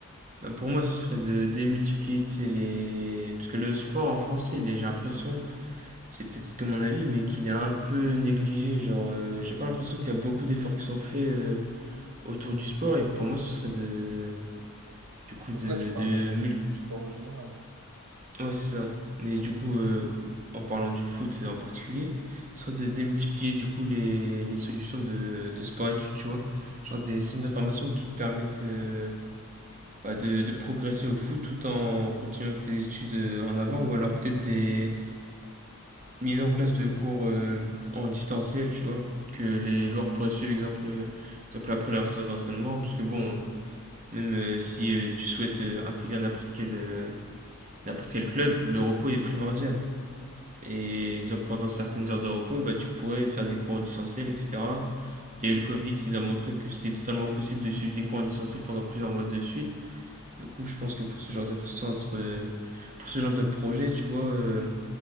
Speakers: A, on the right; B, on the right.
A: Ben, Pour moi, ce serait de démultiplier, tu sais, les... Parce que le sport en français, il est- j'ai l'impression, c'est peut-être que mon avis, mais qu'il est un peu négligé. Genre, euh, j'ai pas l'impression qu'il y a beaucoup d'efforts qui sont faits. euh, autour du sport et pour moi ce serait de du coup
B: Donc
A: de,
B: là, tu parles
A: de
B: euh,
A: mul-
B: du, du sport en général. hein.
A: ouais c'est ça mais du coup euh, en parlant du foot en particulier ce serait de démultiplier du coup les, les solutions de, de sport études tu vois genre des centres de formation qui te permettent euh, bah, de, de progresser au foot tout en continuant tes études euh, en avant ou alors peut-être des mises en place de cours euh, en distanciel tu vois que les joueurs pourraient suivre exemple euh, exemple après leur séance d'entraînement parce que bon euh, Même euh, si euh, tu souhaites euh, intégrer n'importe quel, euh, n'importe quel club, le repos est primordial. Et exemple, pendant certaines heures de repos, bah, tu pourrais faire des cours en distanciel, etc. Il y a eu le Covid qui nous a montré que c'était totalement possible de suivre des cours en distanciel pendant plusieurs mois de suite. Du coup, je pense que pour ce genre de centre, euh, pour ce genre de projet, tu vois, euh,